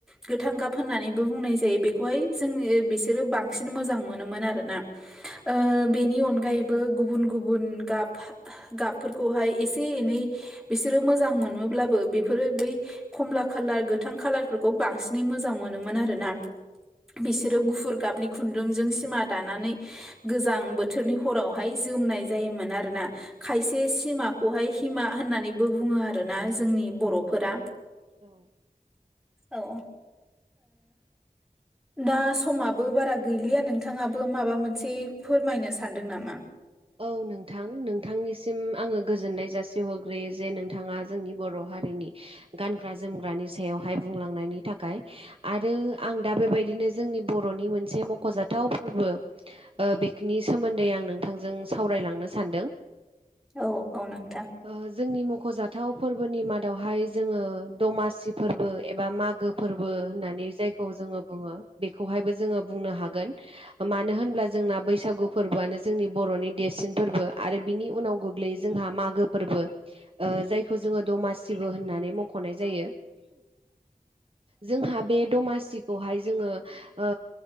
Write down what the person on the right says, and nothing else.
औ
औ नोंथां नोंथांनिसिम आङो गोजोननाय जासिहरग्रोयो जे नोंथाङा जोंनि बर' हारिनि गानग्रा जोमग्रानि सायावहाय बुंलांनायनि थाखाय। आरो आं दा बेबायदिनो जोंनि बर'नि मोनसे मख'जाथाव फोरबो ओ बिखिनि सोमोन्दै आं नोंथांजों सावरायलांनो सानदों‌
ओ जोंनि मख'जाथाव फोरबोनि मादावहाय जोङो दमासि फोरबो एबा मागो फोरबो होननानै जायखौ जोङो बुङो बेखौहायबो जोङो बुंनो हागोन मानो होनब्ला जोंना बैसागु फोरबोआनो जोंनि बर'नि देरसिन फोरबो आरो बिनि उनाव गोग्लैयो जोंहा मागो फोरबो। ओ जायखौ जोङो दमासिबो होननानै मख'नाय जायो। जोंहा बे दमासिखौहाय जोङो ओ